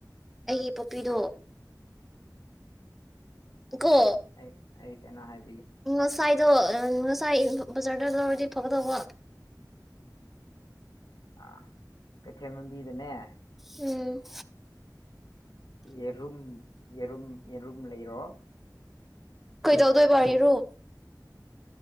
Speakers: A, in the centre; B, on the left.
A: ꯑꯩꯒꯤ ꯄꯞꯄꯤꯗꯣ ꯒꯣ
B: ꯑꯩ ꯑꯩ ꯀꯩꯅꯣ ꯍꯥꯏ
A: ꯎꯝ ꯉꯁꯥꯏ ꯑꯗꯣ ꯉꯁꯥꯏ ꯕ ꯕꯖꯥꯔꯗ ꯂꯧꯔꯗꯤ ꯐꯒꯗꯧꯕ
B: ꯑ ꯀꯠ ꯍꯦꯃꯝꯕꯤꯗꯅꯦ
A: ꯎꯝ
B: ꯑꯦꯔꯨꯝ ꯑꯦꯔꯨꯝ ꯑꯦꯔꯨꯝ ꯂꯩ ꯑꯣꯣ
A: ꯀꯩꯗꯧꯗꯣꯏꯕꯔꯣ